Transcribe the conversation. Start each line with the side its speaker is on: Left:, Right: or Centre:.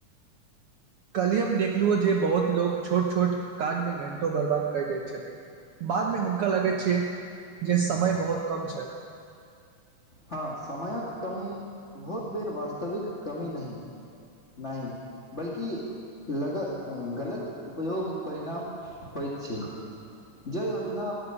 Right: कल्हि हम देखलु जे बहुत लोक छोट छोट काजमे घंटों बर्बाद कै दैत छथिन बादमे हुनका लगैत छै जे समय बहुत कम छल
Left: हँ समयक कमी बहुत बेर वास्तविक कमी नहि नहि बल्कि लग गलत उपयोग परिणाम होइत छै जै योजना